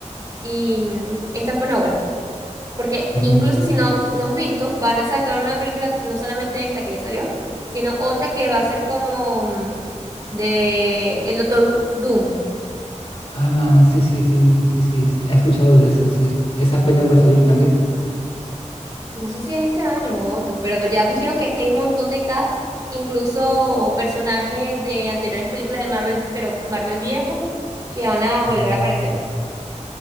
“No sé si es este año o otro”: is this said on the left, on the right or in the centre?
Right